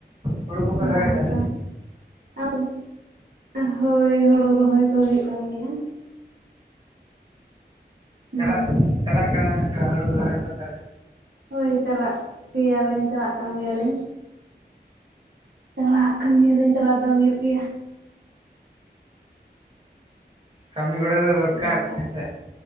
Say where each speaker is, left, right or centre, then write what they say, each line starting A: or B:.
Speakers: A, on the right; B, on the right.
A: ᱦᱩᱲᱩ ᱠᱚᱯᱮ ᱨᱚᱦᱚᱭᱮᱫᱟ
B: ᱚᱱᱟᱜᱮᱛᱚ᱾
A: ᱡᱟᱹᱱᱤᱡ
B: ᱟᱫᱚ, ᱦᱳᱭᱻ ᱦᱳᱲᱳ ᱨᱚᱦᱚᱭ ᱠᱚ ᱦᱳᱭᱳᱜ ᱠᱟᱱ ᱜᱮᱭᱟ᱾ ᱦᱩᱸ
A: ᱪᱟᱞᱟᱜ ᱪᱟᱞᱟᱜ ᱠᱟᱱᱟ ᱥᱮ ᱦᱩᱲᱩ ᱨᱚᱦᱚᱭ ᱠᱚ ᱛᱟᱦᱚᱞᱮ?
B: ᱦᱳᱭ ᱪᱟᱞᱟᱜ-ᱜᱮᱭᱟᱞᱤᱧ ᱪᱟᱞᱟᱜ ᱠᱟᱱ ᱜᱮᱭᱟᱞᱤᱧ᱾ ᱪᱟᱞᱟᱣ ᱟᱠᱟᱱ ᱜᱮᱭᱟᱤᱧ ᱪᱟᱞᱟᱣ ᱫᱚ ᱦᱩᱭᱩᱜ ᱜᱮᱭᱟ᱾
A: ᱠᱟᱹᱢᱤ ᱜᱚᱲᱚ ᱫᱚ ᱫᱚᱨᱠᱟᱨ
B: ᱦᱳᱭ ᱛᱚ
A: ᱦᱮᱸᱥᱮ,